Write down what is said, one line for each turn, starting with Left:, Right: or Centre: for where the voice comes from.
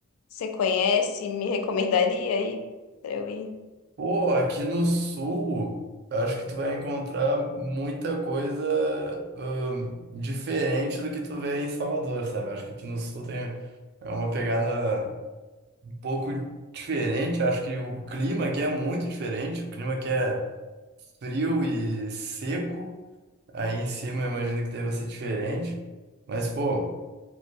Left: você conhece e me recomendaria aí pra eu ir?
Right: Pô, aqui no sul, eu acho que tu vai encontrar muita coisa hum, diferente do que tu vê em Salvador, sabe? Eu Acho que aqui no sul tem é uma pegada. um pouco diferente. Acho que o clima aqui é muito diferente. O clima aqui é frio e seco. Aí em cima eu imagino que deva ser diferente. Mas, pô